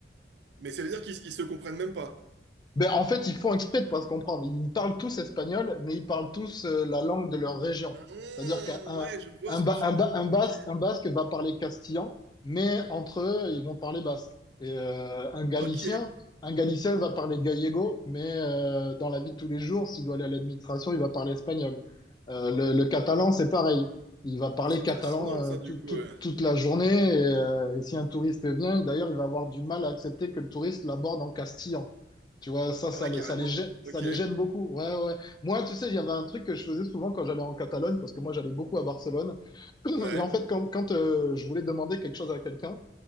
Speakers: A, on the right; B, on the left.
A: Mais ça veut dire qu'ils ils se comprennent même pas.
B: Ben, en fait, ils font exprès de pas se comprendre. Ils parlent tous espagnol, mais ils parlent tous euh, la langue de leur région.
A: Ah,
B: C'est-à-dire qu'un un,
A: ouais, je vois
B: un,
A: ce
B: Ba-
A: que tu
B: un
A: veux.
B: Ba- un basque,
A: Ok,
B: un basque va parler castillan, mais entre eux, ils vont parler basque. Et euh, un galicien,
A: ok.
B: un galicien va parler gallego, mais euh, dans la vie de tous les jours, s'il doit aller à l'administration, il va parler espagnol. Euh, le, le catalan, c'est pareil. Il va parler
A: C'est
B: catalan
A: fascinant ça
B: euh, tout-
A: du coup.
B: tout-
A: euh.
B: toute la journée. Et, euh, et si un touriste vient, d'ailleurs, il va avoir du mal à accepter que le touriste l'aborde en castillan. Tu vois, ça, ça
A: Ah ouais,
B: les,
A: carrément.
B: ça les gê- ça
A: Ok,
B: les gêne beaucoup. Ouais, ouais. Moi, tu sais, il y avait un truc que je faisais souvent quand j'allais en Catalogne, parce que moi, j'allais beaucoup à Barcelone. <clears throat> Et
A: ouais.
B: en fait, quand, quand euh, je voulais demander quelque chose à quelqu'un,